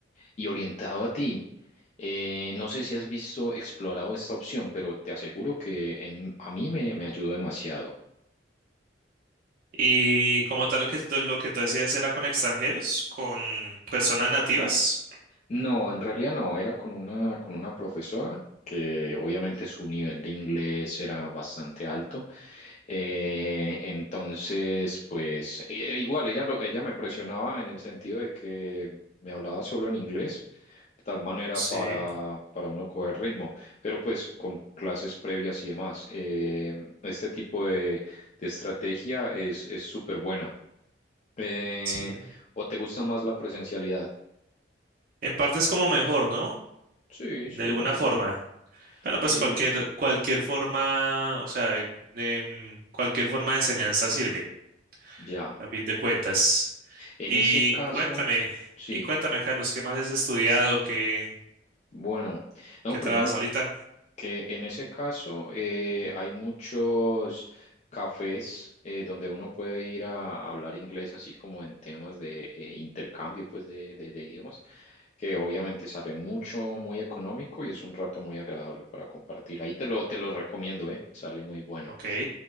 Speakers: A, on the left; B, on the right.
A: y orientado a ti. Eh, no sé si has visto, explorado esta opción, pero te aseguro que en- a mí me, me ayudó demasiado.
B: Y como tal lo que, tú- lo que tú decías era con extranjeros, con personas nativas.
A: No, en realidad no, era con una, con una profesora que obviamente su nivel de inglés era bastante alto. Eh, entonces, pues i- e- igual ella, lo, ella me presionaba en el sentido de que me hablaba solo en inglés, de tal manera
B: Sí,
A: para, para uno coger ritmo, pero pues con clases previas y demás. Eh, este tipo de, de estrategia es, es súper buena. Eh,
B: sí.
A: ¿o te gusta más la presencialidad?
B: En parte es como mejor, ¿no?
A: Sí,
B: de
A: sí,
B: alguna
A: bueno,
B: forma. Pero
A: sí,
B: pues cualquier, cualquier forma, o sea, de- de, mm, cualquier forma de enseñanza sirve,
A: ya.
B: a fin de cuentas.
A: En
B: Y
A: ese caso,
B: cuéntame,
A: sí.
B: y cuéntame, Carlos, ¿qué más has estudiado? ¿Qué,
A: Bueno, no,
B: qué
A: primero.
B: trabajas ahorita?
A: que en ese caso eh, hay muchos cafés eh, donde uno puede ir a hablar inglés, así como en temas de eh, intercambio pues de, de- de idiomas, que obviamente sale mucho, muy económico y es un rato muy agradable para compartir. Ahí te lo, te lo recomiendo, eh, sale muy bueno.
B: Ok,